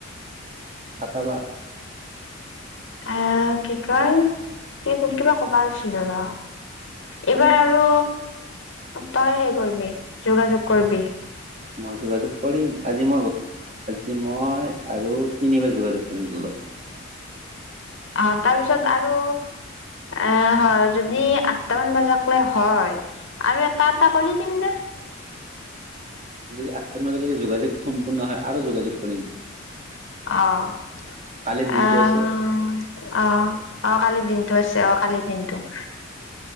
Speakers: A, on the right; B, on the left.
A: আটাবাৰ
B: আহ কি কয় কি কিবা কবা লৈছিলোঁ ৰ এইবাৰ আৰু
A: অ
B: তই সেই কৰিবি যোগাযোগ কৰিবি
A: মই যোগাযোগ কৰিম আজি মই ক'ত আজি মই আৰু তিনিবাৰ যোগাযোগ কৰিম তোৰ লগত।
B: আ' তাৰপিছত আৰু আহ হয় যদি আঠটামান বজাক লয় হয় আৰু এটা এটা কৰি দিম দে।
A: যদি আঠটা বজালৈকে যোগাযোগ সম্পূৰ্ণ হয় আৰু যোগাযোগ কৰিম।
B: অ'।
A: কালিৰ দিনটো
B: অ'
A: আছে
B: অ' অ' কালিৰ দিনটো হৈছে অ' কালিৰ দিনটো।